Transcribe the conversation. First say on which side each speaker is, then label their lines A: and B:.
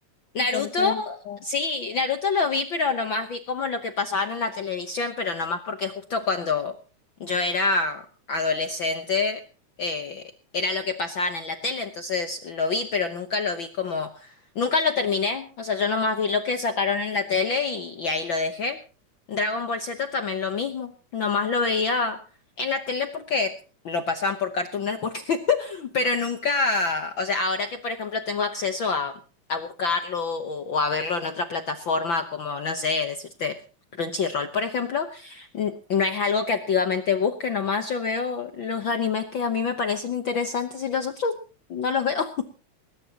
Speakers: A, on the left (about 60°); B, on the left (about 85°).
A: Naruto,
B: Me parece demasiado.
A: sí, Naruto lo vi, pero nomás vi como lo que pasaban en la televisión, pero nomás porque justo cuando yo era adolescente eh, era lo que pasaban en la tele, entonces lo vi, pero nunca lo vi como, nunca lo terminé, o sea, yo nomás vi lo que sacaron en la tele y, y ahí lo dejé. Dragon Ball Z también lo mismo, nomás lo veía en la tele porque lo pasaban por Cartoon Network, <laughs> pero nunca, o sea, ahora que por ejemplo tengo acceso a buscarlo o, o a verlo en otra plataforma, como, no sé, decirte Crunchyroll, por ejemplo, n- no es algo que activamente busque, nomás yo veo los animes que a mí me parecen interesantes y los otros no los veo. <laughs>